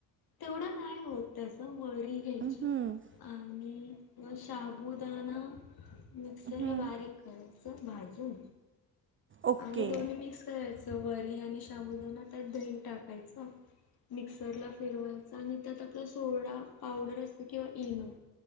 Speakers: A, on the left; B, on the right.
A: तेवढं नाही होत त्याचं वरी घ्यायची
B: हम्म
A: आणि शाबुदाणा मिक्सर
B: हम्म
A: ला बारीक करायच भाजून
B: ओके
A: आणि दोन्ही मिक्स करायच सवारी आणि शाबूदाना त्यात दही टाकायचा मिक्सरला फिरवायचा आणि त्यात आपला सोडा पावडर असत किंवा इनो